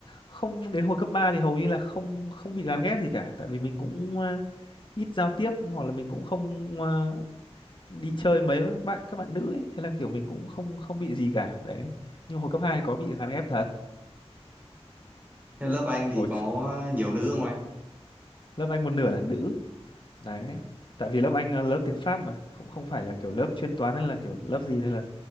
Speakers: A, on the left; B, on the right.
A: không đến hồi cấp 3 thì hầu như là không không bị gán ghép gì cả tại vì mình cũng à, ít giao tiếp hoặc là mình cũng không à, đi chơi mấy với các bạn các bạn nữ ấy thế là kiểu mình cũng không không bị gì cả đấy nhưng mà hồi cấp 2 có bị gán ghép thật
B: Thế lớp anh thì
A: hồi
B: có nhiều nữ không anh
A: lớp Anh một nửa là nữ đấy tại vì lớp Anh là lớp tiếng Pháp mà không không phải là kiểu lớp chuyên toán hay là kiểu lớp gì nên là